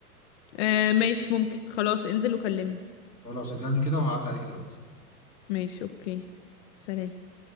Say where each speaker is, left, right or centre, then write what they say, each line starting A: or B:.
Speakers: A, on the left; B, on the left.
A: آه ماشي ممكن خلاص انزل وكلمني
B: خلاص اجهزي كده وهعدي عليك دلوقتي
A: ماشي اوكي سلام